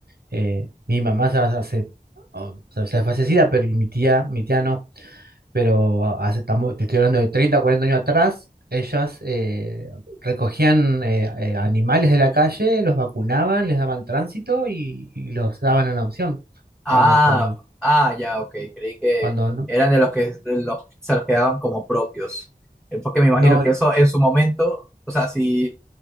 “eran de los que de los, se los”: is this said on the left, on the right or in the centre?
Centre